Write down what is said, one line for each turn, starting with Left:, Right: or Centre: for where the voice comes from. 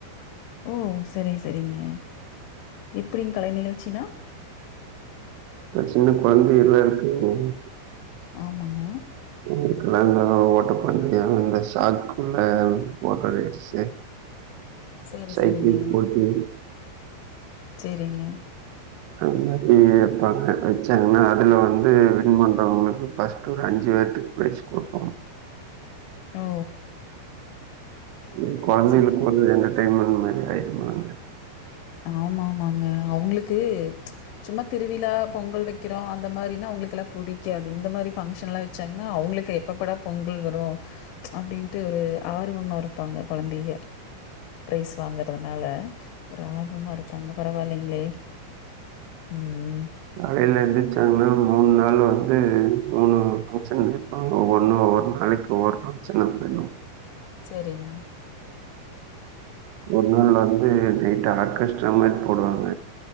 Left: ஓ சரி சரிங்க எப்படிங்க கலை நிகழ்ச்சினா
Right: இப்ப சின்ன கொழந்தைகள்லா இருக்குல்லங்க
Left: ஆமாங்க
Right: உங்களுகெல்லா இந்த ஓட்ட பந்தய இந்த சாக்குள்ள ஓடுற ரேஸு
Left: செரி
Right: சைக்கிள்
Left: செரிங்க
Right: போட்டி
Left: சரிங்க
Right: அது மாதிரி வப்பாங்க வச்சாங்கன்னா அதுல வந்து வின் பண்றவங்களுக்கு ஃபர்ஸ்ட் ஒரு அஞ்சு பேத்துக் ப்ரைஸ் குடுபாங்க
Left: ஓ
Right: ஏ கொழந்தைங்களுக்கு
Left: செ
Right: ஒரு என்டர்டைன்மெண்ட் மாரி ஆயிரும்லங்க
Left: ஆமா ஆமாங்க அவுங்களுக்கு சும்மா திருவிழா பொங்கல் வைக்கிறோ அந்த மாரினா அவங்களுக்கெல்லா புடிக்காது இந்த மாரி ஃபங்க்ஷன்லா வச்சாங்கன்னா அவுங்களுக்கு எப்பப்படா பொங்கல் வரு அப்படின்டு ஒரு ஆர்வமா இருப்பாங்க கொழந்தைங்க பிரைஸ் வாங்கறதுனால ஆர்வமா இருப்பாங்க பரவால்லங்களே உம்
Right: காலைல எந்திருச்சாங்கன்னா மூணு நாள் வந்து மூணு ஃபங்க்ஷன்ங்க வாங்க ஒவ்வொன்னு ஒவ்வொரு நாளைக்கு ஒவ்வொரு ஃபங்க்ஷன்க்கு போயிர்லா
Left: சரிங்க
Right: ஒரு நாள் வந்து நைட் ஆர்கஸ்ட்ரா மாரி போடுவாங்க